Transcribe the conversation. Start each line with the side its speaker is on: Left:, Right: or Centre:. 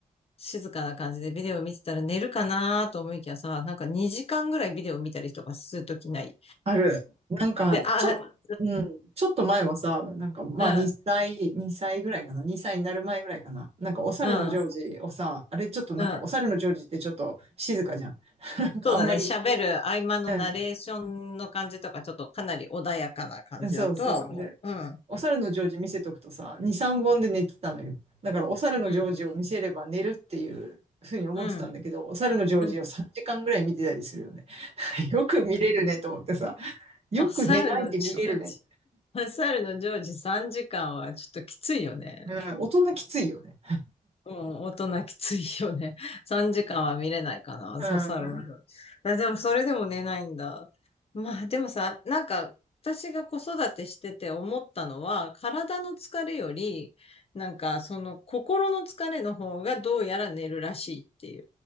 Left: 静かな感じでビデオ見てたら寝るかなと思いきやさ、なんか2時間ぐらいビデオ見たりとかするときない。
Right: ある。なんかちょっと、
Left: で、あ、
Right: うん、ちょっと前はさ、なんかまあ2歳、
Left: うん、うん、
Right: 2歳ぐらいかな、2歳になる前ぐらいかな。なんかお猿のジョージをさ、
Left: うん、
Right: あれちょっとなんかお猿のジョージってちょっと静かじゃん。
Left: うん。
Right: なんかあんまり
Left: そうだね。喋る合間のナレーションの感じとか、
Right: うん。
Left: ちょっとかなり穏やかな感じだとは思う。
Right: うんそうそう。で、
Left: うん。
Right: お猿のジョージ見せとくとさ、2、3本で寝てたのよ。だからお猿のジョージを見せれば寝るっていうふうに思ってたんだけど、
Left: うん。うん。
Right: お猿のジョージを3時間ぐらい見てたりするよね。
Left: うん。
Right: <laughs> よく見れるねと思ってさ、よく寝ないで見れるね。
Left: お猿のジョージ、お猿のジョージ3時間はちょっときついよね。
Right: うん、大人きついよね。
Left: うん、大人きついよね。<laughs> 3時間は見れないかな。
Right: う
Left: そうさる部あでも、
Right: ん。
Left: それでも寝ないんだ。まあ、でもさ、なんか、私が子育てしてて思ったのは、体の疲れより、なんか、その心の疲れの方がどうやら寝るらしいってい